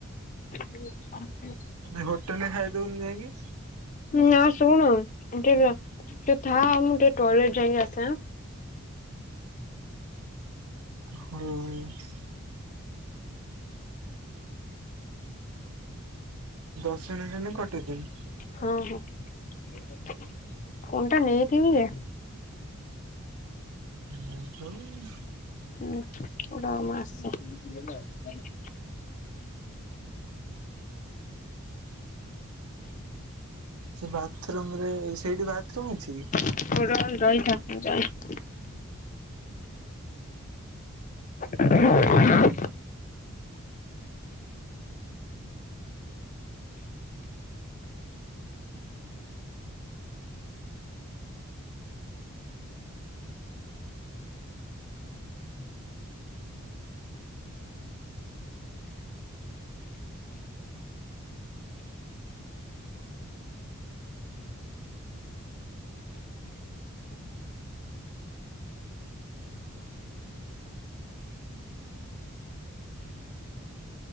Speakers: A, on the left (about 35°); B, on the right (about 85°).
A: <inaudible>
B: ଏ ହୋଟେଲରେ ଖାଇ ଦଉନୁ ଯାଇକି?
A: ନା ଶୁଣ ତୁ ଟିଏ ଥାଆ, ମୁଁ ଟିକେ ଟଏଲେଟ ଯାଇକି ଆସେ?
B: ହଉ। ଦଶ ମିନିଟ୍ ହେଲେ କଟେଇ ଦେବି?
A: ହଁ ହଁ। <inaudible> ଫୋନ୍ ଟା ନେଇକି ବି ଯା।
B: <unintelligible>
A: ହୁଁ। ତୁ ରହ ମୁଁ ଆସେ।
B: ସେ ବାଥରୁମରେ ସେଇଠି ବାଥରୁମ ଅଛି?
A: ତୁ ନହେଲେ ରହିଥା ମୁ ଯାଏଁ। <inaudible>